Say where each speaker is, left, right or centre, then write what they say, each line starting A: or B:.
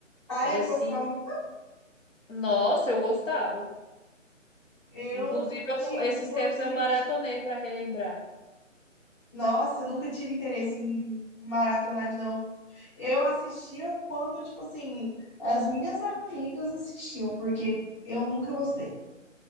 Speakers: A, on the left (about 20°); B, on the left (about 75°).
A: Ah,
B: Era
A: eu
B: assim.
A: não gostava muito.
B: Nossa, eu gostava.
A: Eu
B: Inclusive,
A: tinha
B: eu- esses
A: um pouquinho.
B: tempos eu maratonei pra relembrar.
A: Nossa, eu nunca tive interesse em maratonar de novo. Eu assistia quando, tipo assim, as minhas amigas assistiam, porque eu nunca gostei.